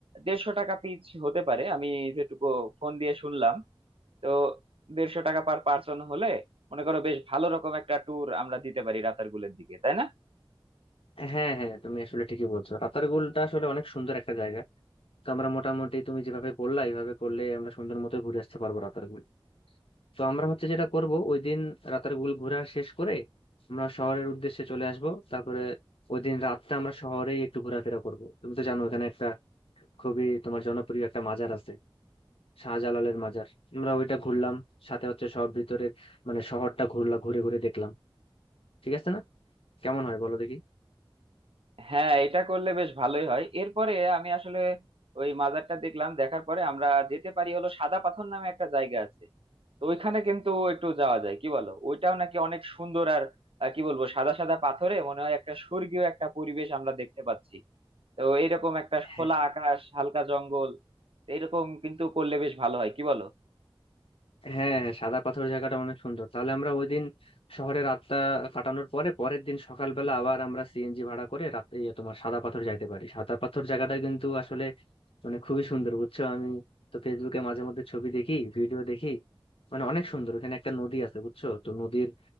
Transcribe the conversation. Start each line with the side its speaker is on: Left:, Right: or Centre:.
Right: দেড়শো টাকা পিচ হতে পারে আমি যেটুকু ফোন দিয়ে শুনলাম তো দেড়শো টাকা পার পার্সন হলে মনে করো বেশ ভালো রকম একটা ট্যুর আমরা দিতে পারি রাতারগুলের দিকে তাই না
Left: হ্যাঁ হ্যাঁ তুমি আসলে ঠিকই বলছো রাতারগুলটা আসলে অনেক সুন্দর একটা জায়গা তো আমরা মোটামুটি তুমি যেভাবে বললা এইভাবে করলে আমরা সুন্দর মতো ঘুরে আসতে পারবো রাতারগুল তো আমরা হচ্ছে যেটা করব ওই দিন রাতারগুল ঘোরা শেষ করে আমরা শহরের উদ্দেশ্যে চলে আসব তারপরে ওই দিন রাতটা আমরা শহরেই একটু ঘোরাফেরা করব তুমি তো জানো এখানে একটা খুবই তোমার জনপ্রিয় একটা মাজার আছে শাহজালালের মাজার আমরা ওইটা ঘুরলাম সাথে হচ্ছে সব ভিতরের মানে শহরটা ঘুরলাম ঘুরে ঘুরে দেখলাম ঠিক আছে না কেমন হয় বলো দেখি
Right: হ্যাঁ এটা করলে বেশ ভালোই হয় এরপরে আমি আসলে ওই মাজারটা দেখলাম দেখার পরে আমরা যেতে পারি হলো সাদা পাথর নামে একটা জায়গা আছে তো ওইখানে কিন্তু একটু যাওয়া যায় কি বলো ওইটাও নাকি অনেক সুন্দর আর আহ, কি বলবো সাদা সাদা পাথরে মনে হয় একটা স্বর্গীয় একটা পরিবেশ আমরা দেখতে পাচ্ছি তো এইরকম একটা
Left: হ্যাঁ
Right: খোলা আকাশ হালকা জঙ্গল তো এরকম কিন্তু করলে বেশ ভালো হয় কি বলো
Left: হ্যাঁ হ্যাঁ সাদা পাথর জায়গাটা অনেক সুন্দর তাহলে আমরা ওই দিন শহরে রাতটা কাটানোর পরে পরের দিন সকালবেলা আবার আমরা সিএনজি ভাড়া করে রাতে ইয়ে তোমার সাদা পাথর যাইতে পারি সাদা পাথর জায়গাটা কিন্তু আসলে মানে খুবই সুন্দর বুঝছো আমি তো ফেসবুকে মাঝে মধ্যে ছবি দেখি ভিডিও দেখি মানে অনেক সুন্দর ওখানে একটা নদী আছে বুঝছো তো নদীর